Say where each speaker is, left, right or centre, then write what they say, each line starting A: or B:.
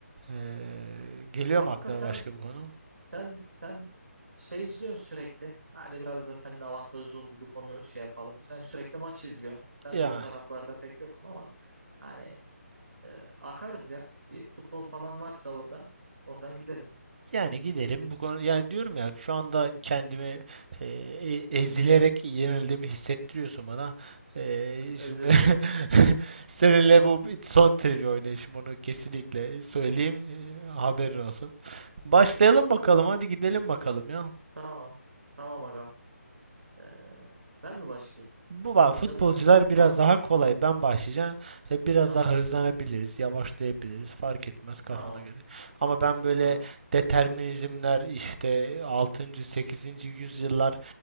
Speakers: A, on the right; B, on the right.
A: E, geliyor
B: Kanka
A: mu aklına
B: sen
A: başka bir konu?
B: sen sen şey izliyorsun sürekli. Hani biraz da senin avantajlı olduğu bir konu şey yapalım. Sen sürekli maç izliyorsun. Ben
A: Yani
B: de o taraflarda pek yokum ama hani e, akarız ya. Bir futbol falan varsa orada oradan gidelim.
A: Yani gidelim bu konu yani diyorum ya şu anda kendimi e, e- ezilerek yenildiğimi hissettiriyorsun bana. E,
B: Özür
A: şimdi
B: dilerim.
A: <laughs> seninle bu bir son trivia oynayışım onu kesinlikle söyleyeyim e, haberin olsun. Başlayalım
B: <laughs> Eyvallah.
A: bakalım hadi gidelim bakalım ya.
B: Tamam. Tamam agam. E, ben mi başlayayım?
A: Bu bak
B: Başladı
A: futbolcular
B: mı?
A: biraz
B: Tamam.
A: daha kolay. Ben başlayacağım. E, Biraz
B: Tamam.
A: daha hızlanabiliriz, yavaşlayabiliriz. Fark etmez kafana
B: Tamam.
A: göre. Ama ben böyle
B: Tamam.
A: determinizmler işte altıncı, sekizinci yüzyıllar